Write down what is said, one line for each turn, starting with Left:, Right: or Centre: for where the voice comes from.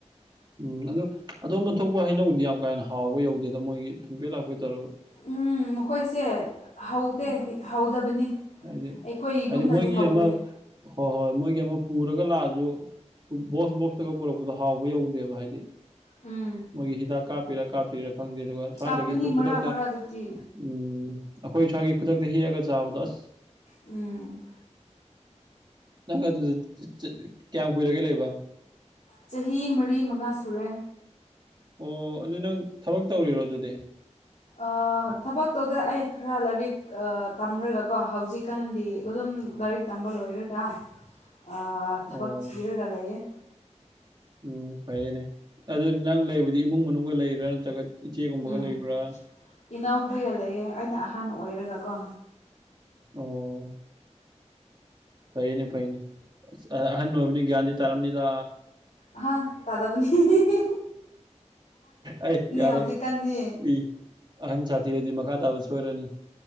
Right: ꯎꯝ ꯑꯗꯨ ꯑꯗꯣꯝꯗ ꯊꯣꯛꯄ ꯍꯩꯅꯧꯗꯤ ꯌꯥꯝ ꯀꯥ ꯍꯟꯅ ꯍꯥꯎꯕ ꯌꯧꯗꯦꯗ ꯃꯣꯏꯒꯤ ꯊꯨꯝꯄꯦꯠ ꯂꯥꯛꯄꯦꯠ ꯇꯧꯔꯒ
Left: ꯎꯝ ꯃꯈꯣꯏꯁꯦ ꯍꯧꯗꯦ ꯍꯧꯗꯕꯅꯤ
Right: ꯍꯥꯏꯗꯤ
Left: ꯑꯩꯈꯣꯏꯒꯨꯝꯅꯗꯤ
Right: ꯍꯥꯏꯗꯤ ꯃꯣꯏꯒꯤ
Left: ꯍꯧꯗꯦ
Right: ꯑꯃ ꯍꯣꯏ ꯍꯣꯏ ꯃꯣꯏꯒꯤ ꯑꯃ ꯄꯨꯔꯒ ꯂꯥꯛꯑꯁꯨ ꯕꯣꯛꯁ ꯕꯣꯛꯁꯇꯒ ꯄꯨꯔꯛꯄꯗꯣ ꯍꯥꯎꯕ ꯌꯧꯗꯦꯕ ꯍꯥꯏꯗꯤ
Left: ꯎꯝ
Right: ꯃꯣꯏꯒꯤ ꯍꯤꯗꯥꯛ ꯀꯥꯞꯄꯤꯔꯥ ꯀꯥꯞꯇ꯭ꯔꯤꯔꯥ ꯈꯪꯗꯦ ꯑꯗꯨꯒ ꯁ꯭ꯋꯥꯏꯗꯒꯤ
Left: ꯀꯥꯞꯄꯅꯤ
Right: ꯑꯩꯈꯣꯏ
Left: ꯃꯔꯛ
Right: ꯈꯨꯗꯛꯇ
Left: ꯃꯔꯛꯇꯗꯤ
Right: ꯎꯝ ꯑꯩꯈꯣꯏ ꯁ꯭ꯋꯥꯏꯒꯤ ꯈꯨꯗꯛꯇ ꯍꯦꯛꯑꯒ ꯆꯥꯕꯗꯣ ꯑꯁ
Left: ꯎꯝ
Right: ꯅꯪ ꯑꯗꯨꯗ ꯆꯠ ꯀꯌꯥꯝ ꯀꯨꯏꯔꯒꯦ ꯂꯩꯕ
Left: ꯆꯍꯤ ꯃꯔꯤ ꯃꯉꯥ ꯁꯨꯔꯦ
Right: ꯑꯣ ꯑꯗꯨ ꯅꯪ ꯊꯕꯛ ꯇꯧꯔꯤꯔꯣ ꯑꯗꯨꯗꯤ
Left: ꯑꯥ ꯊꯕꯛ ꯇꯧꯗꯦ ꯑꯩ ꯈꯔ ꯂꯥꯏꯔꯤꯛ ꯑꯥ ꯇꯝꯔꯒꯀꯣ ꯍꯧꯖꯤꯛꯀꯥꯟꯗꯤ ꯑꯗꯨꯝ ꯎꯝ ꯂꯥꯏꯔꯤꯛ ꯇꯝꯕ ꯂꯣꯏꯔꯒ ꯑꯥ ꯊꯕꯛ
Right: ꯑꯣ
Left: ꯊꯤꯔꯒ ꯂꯩꯌꯦ
Right: ꯎꯝ ꯐꯩꯌꯦꯅꯦ ꯑꯗꯨ ꯅꯪ ꯂꯩꯕꯗꯤ ꯏꯃꯨꯡ ꯃꯅꯨꯡꯒ ꯂꯩꯔꯤꯔꯥ ꯅꯠꯇ꯭ꯔꯒ ꯏꯆꯦꯒꯨꯝꯕꯒ
Left: ꯎꯝ
Right: ꯂꯩꯕ꯭ꯔꯥ
Left: ꯏꯅꯥꯎꯈꯣꯏꯒ ꯂꯩꯌꯦ ꯑꯩꯅ ꯑꯍꯟ ꯑꯣꯏꯔꯒꯀꯣ
Right: ꯑꯣ ꯐꯩꯅꯦ ꯐꯩꯅꯦ ꯑꯁ ꯑꯥ ꯑꯍꯟ ꯑꯣꯏꯕꯅꯤ ꯒ꯭ꯌꯥꯟꯗꯤ ꯇꯥꯔꯝꯅꯤꯗ
Left: ꯑꯍꯥ ꯇꯥꯗꯕꯅꯤ ꯍꯤꯍꯤꯍꯤꯍꯤ
Right: ꯑꯩ ꯌꯥꯔꯣꯏ
Left: ꯍꯧꯖꯤꯛꯀꯥꯟꯗꯤ
Right: ꯏ ꯑꯍꯟ ꯁꯥꯊꯤꯔꯗꯤ ꯃꯈꯥ ꯇꯥꯕ ꯁꯣꯏꯔꯅꯤ